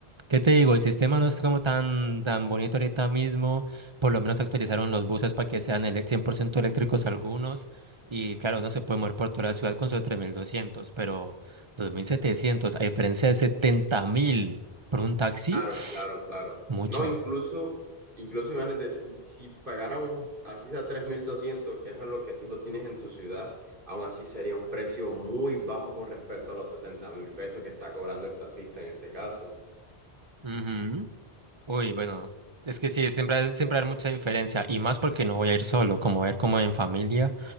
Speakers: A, on the right; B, on the right.
A: ¿qué te digo? El sistema no es como tan, tan bonito ahorita mismo. Por lo menos actualizaron los buses para que sean ele- 100% eléctricos algunos. Y claro, no se puede mover por toda la ciudad con solo 3.200, pero 2.700 a diferencia de 70.000 por un taxi.
B: Claro, claro, claro.
A: Mucho.
B: No, incluso, incluso imagínate, si pagáramos así a 3.200, que es a lo que tú lo tienes en tu ciudad, aún así sería un precio muy bajo con respecto a los setenta mil pesos que está cobrando el taxista en este caso.
A: Ujú. Uy, bueno, es que sí, siempre, hay- siempre hay mucha diferencia y más porque no voy a ir solo, como ver como en familia.